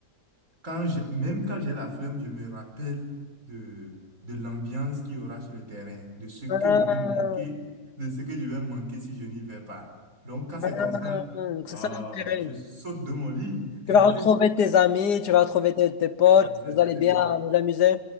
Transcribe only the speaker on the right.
Quand j'ai- même quand j'ai la flemme, je me rappelle de, de l'ambiance qu'il y aura sur le terrain, de ce que
je vais manquer, de ce que je vais manquer si je n'y vais pas. Donc, quand c'est
comme ça,
ah,
je saute de mon lit. <laughs>
Exactement.